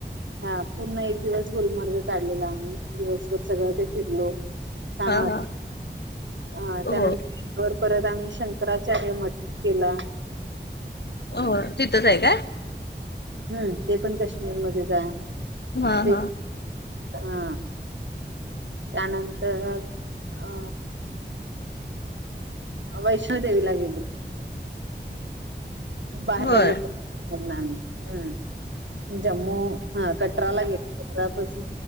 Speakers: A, on the right; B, on the left.
A: हा पूर्ण एक दिवस गुलमर्ग काढलेला आम्ही दिवसभर सगळं ते फिरलो ान वा
B: हा
A: अ
B: हो
A: त्यानंतरवर परत आम्ही शंकराचार्य मठ केला
B: हो तिथंच आहे का
A: हम्म ते पण काश्मीरमध्येध्ये जा आहे
B: हा
A: ते
B: हा
A: हा त्यानंतर अ वैष्णो देेवीला गेलो बाहेर
B: होय
A: पडलो आम्ही हम् जम्मू हा कटराला गेलो पस